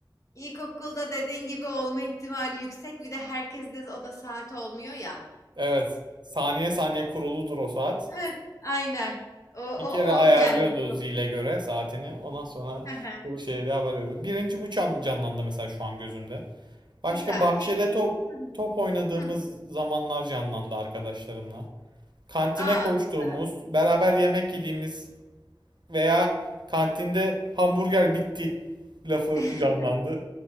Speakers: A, on the left; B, on the right.
A: ilkokulda dediğin gibi olma ihtimali yüksek. Bir de herkes de o da saat olmuyor ya.
B: Evet. Saniye saniye kuruludur o saat.
A: Heh, aynen. O, o,
B: Bir kere ayarlıyordu
A: o yani.
B: zile göre saatini. Ondan sonra
A: Hı hı.
B: bu şeyde haber veriyordu. Birinci bu can- canlandı mesela şu an gözümde. Başka
A: Güzel.
B: bahçede
A: Peki.
B: top
A: Hı hı.
B: top oynadığımız
A: Hı.
B: zamanlar canlandı arkadaşlarımla. Kantine
A: Aa,
B: koştuğumuz,
A: güzel.
B: beraber yemek yediğimiz veya kantinde hamburger bitti lafı
A: <laughs>
B: canlandı.